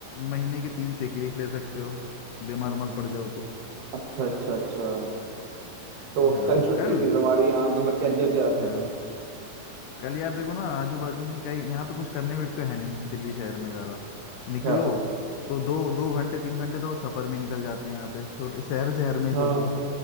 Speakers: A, on the left; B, on the right.
A: महीने की तीन सिक लीव ले सकते हो बीमार उमार पड़ जाओ तो
B: अच्छा अच्छा अच्छा तो
A: हाँ
B: कल छुट्टी
A: कल
B: थी तुम्हारी हाँ तो फिर क्या क्या किया तुमने
A: हाँ कल यार देखो ना आजू बाजू में क्या यहाँ पे कुछ करने को एक तो है नहीं दिल्ली शहर में ज्यादा
B: अच्छा
A: निकलो तो दो दो घंटे तीन घंटे तो सफर में निकल जाते हैं यहाँ पे छोटे शहर शहर में ही
B: हाँ
A: सोचो